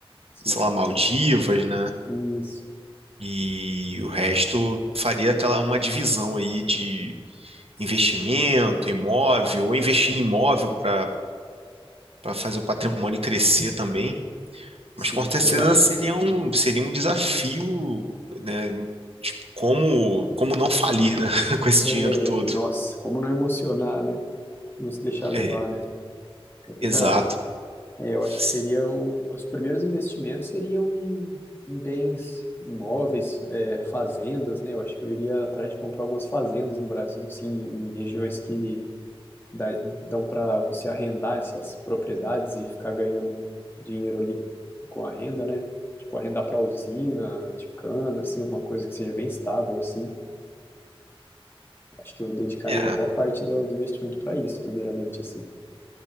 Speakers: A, on the left; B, on the right.
A: sim.
B: Sei lá, Maldivas, né?
A: Isso.
B: E o resto faria aquela uma divisão aí de investimento, imóvel, ou investir em imóvel para para fazer o patrimônio crescer também. Mas
A: Sim,
B: com certeza
A: exato.
B: seria um, seria um desafio, né? Tipo, como, como não falir, né? <laughs> Com esse
A: É,
B: dinheiro todo.
A: nossa, como não emocionar, né? Não se deixar levar,
B: É,
A: né? É verdade.
B: exato.
A: É, eu
B: Sim.
A: acho que seria o- os primeiros investimentos seriam em, em bens imóveis, é, fazendas, né? Eu acho que eu iria atrás de comprar algumas fazendas no Brasil, assim, em regiões que dá- dão para você arrendar essas propriedades e ficar ganhando dinheiro ali com a renda, né? Tipo, arrendar para usina de cana, assim, alguma coisa que seja bem estável, assim. Acho que eu dedicaria
B: É,
A: uma boa parte do, do investimento para isso, primeiramente, assim.